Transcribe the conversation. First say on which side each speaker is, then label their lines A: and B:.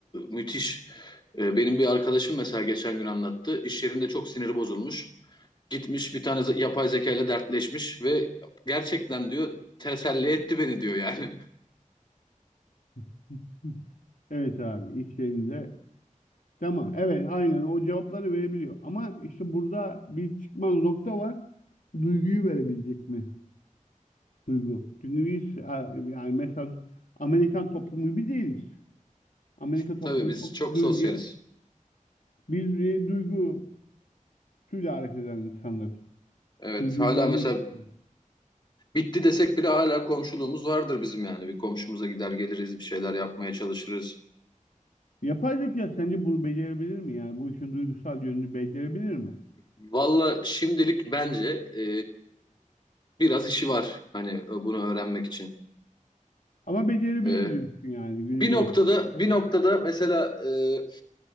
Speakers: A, on the left (about 35°); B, on the left (about 75°).
A: müthiş. E, benim bir arkadaşım mesela geçen gün anlattı. İş yerinde çok siniri bozulmuş. Gitmiş bir tane ze- yapay zeka ile dertleşmiş ve gerçekten diyor teselli etti beni diyor yani.
B: <laughs> Evet abi iş yerinde. Tamam evet aynen o cevapları verebiliyor. Ama işte burada bir çıkmaz nokta var. Duyguyu verebilecek mi? duygu. Çünkü biz e, yani mesela Amerikan toplumu gibi değiliz. Amerika
A: <laughs>
B: toplumu
A: Tabii biz
B: çok
A: çok
B: duygu.
A: sosyaliz.
B: Biz e, duygusuyla hareket eden insanlarız.
A: Evet
B: Duyguyu
A: hala
B: görmek
A: mesela
B: istiyoruz.
A: bitti desek bile hala komşuluğumuz vardır bizim yani. Bir komşumuza gider geliriz bir şeyler yapmaya çalışırız.
B: Yapay zeka sence bunu becerebilir mi? Yani bu işin duygusal yönünü becerebilir mi?
A: Valla şimdilik bence e, biraz işi var hani e, bunu öğrenmek için.
B: Ama becerebilir
A: E,
B: diyorsun yani günü
A: Bir
B: gelip.
A: noktada bir noktada mesela e,